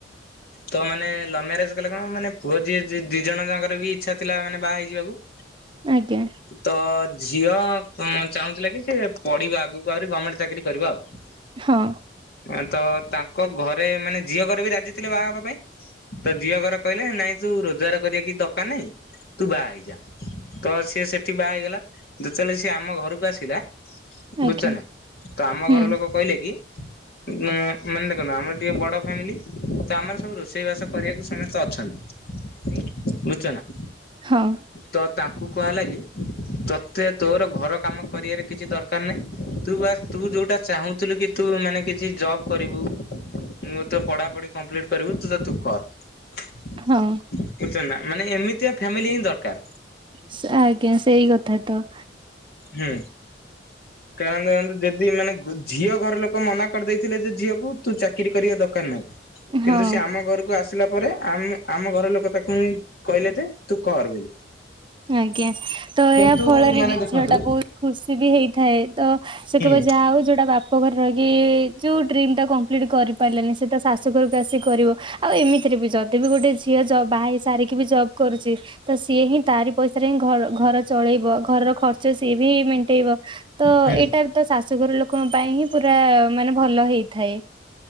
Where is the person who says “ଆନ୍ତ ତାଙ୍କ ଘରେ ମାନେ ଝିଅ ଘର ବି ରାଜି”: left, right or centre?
Left